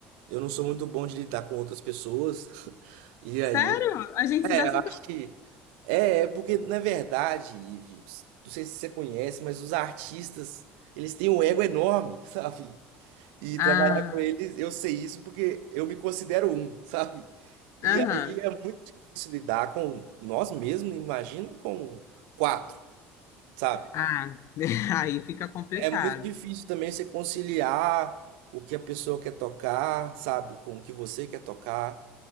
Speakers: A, on the right; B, on the left.
A: eu não sou muito bom de lidar com outras pessoas. <laughs> E
B: Sério?
A: aí,
B: A gente se
A: é,
B: dá
A: eu
B: super.
A: acho que É, é porque na verdade, Ivi, s- não sei se você conhece, mas os artistas, eles têm um ego enorme, <laughs> sabe? E
B: Ah,
A: trabalhar com eles, eu sei isso porque eu me considero um, <laughs> sabe? E
B: aham.
A: aí é muito difícil lidar com nós mesmos, imagina com quatro, sabe?
B: Ah, <laughs> aí fica complicado.
A: É muito difícil também você conciliar o que a pessoa quer tocar, sabe, com o que você quer tocar.